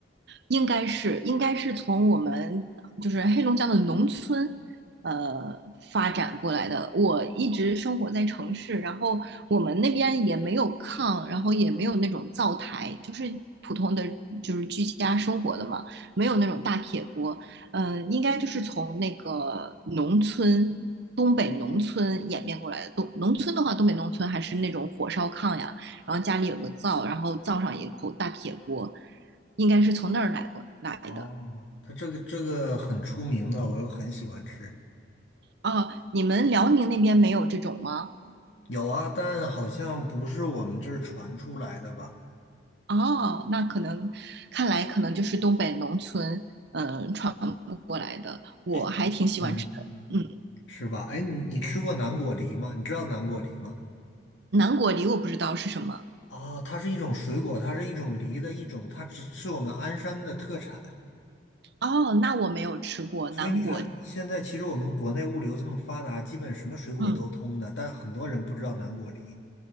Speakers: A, on the right; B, on the left.
A: 应该是应该是从我们就是黑龙江的农村，呃，发展过来的。我一直生活在城市，然后我们那边也没有炕，然后也没有那种灶台，就是普通的就是居家生活的嘛，没有那种大铁锅。呃，应该就是从那个农村。东北农村演变过来的，东农村的话，东北农村还是那种火烧炕呀，然后家里有个灶，然后灶上有一口大铁锅，应该是从那儿来过来的。
B: 哦，它这个这个很出名的，我又很喜欢吃。
A: 哦，你们辽宁那边没有这种吗？
B: 有啊，但好像不是我们这儿传出来的吧？
A: 哦，那可能看来可能就是东北农村嗯、呃传过来的，我还挺喜欢吃的。
B: 哎，嗯，
A: 嗯，
B: 是吧？哎，你你吃过南果梨吗？你知道南果梨吗？
A: 南果梨我不知道是什么。
B: 啊，它是一种水果，它是一种梨的一种，它只是我们鞍山的特产。
A: 哦，那我没有吃过南果梨。
B: 所以你看，现在其实我们国内物流这么发达，基本什么水果都通的，
A: 嗯，
B: 但很多人不知道南果梨。